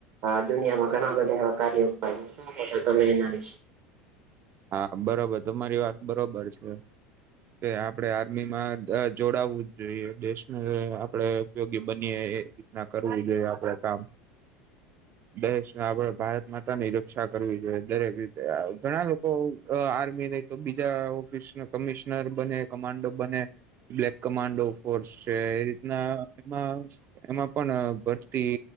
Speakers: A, on the right; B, on the right.
A: આ દુનિયામાં ઘણાં બધા એવા કાર્યો થાય, શું કેશો તમે એના વિશે?
B: હા, બરોબર તમારી વાત બરોબર છે. કે આપણે આર્મીમાં જોડાવવું જ જોઈએ. દેશને આપણેે ઉપયોગી બનીએ એ રીતના કરવું જોઈએ આપડે કામ. દેશ ને આપણે ભારત માતાની રક્ષા કરવી જોઈએ, દરેક રીતે આ ઘણા લો કો અ આર્મી નહીં તો બીજા ઓફિસના કમિશનર બને કમાન્ડો બને બ્લેક કમાન્ડો ફોર્સ છે. એ રીતના એમાં એમાં પણ અ ભરતી